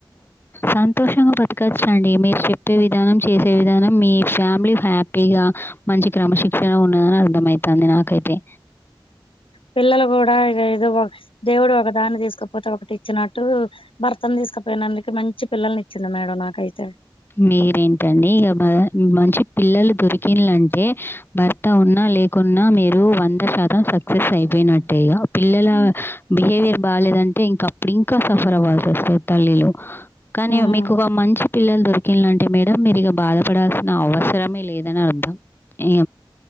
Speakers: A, on the left (about 25°); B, on the left (about 80°).
A: సంతోషంగా బత్తుకొచ్చు అండి మీరు చెప్పే విధానం చేసే విధానం మీ ఫ్యామిలీ హ్యాపీగా మంచి క్రమశిక్షణ ఉ ఉన్నదని అర్థమైతాంది నాకైతే
B: పిల్లలు కూడా ఇ ఏదో ఒక దేవుడు ఒక దాన్ని తీసుకుపోతే ఒకటి ఇచ్చినట్టు భర్తను తీసుకుపోయినందుకి మంచి పిల్లల్ని ఇచ్చిండు మేడం నాకైతే
A: మీరేంటండి ఇగ మ మంచి పిల్లలు దొరికిండ్లంటే భర్త ఉన్నా లేకున్నా మీరు వంద శాతం సక్సెస్ అయిపోయినట్టే ఇగ పిల్లల
B: హ్మ్
A: బిహేవియర్ బాలేదంటే ఇంకా అప్పుడు ఇంకా సఫర్ అవ్వాల్సి వస్తది తల్లిలు కానీ
B: హ్మ్
A: మీకు ఒక మంచి పిల్లలు దొర్ కిలాంటే మేడం మీరి ఇగ బాధపడాల్సిన అవసరమే లేదని అర్థం ఏ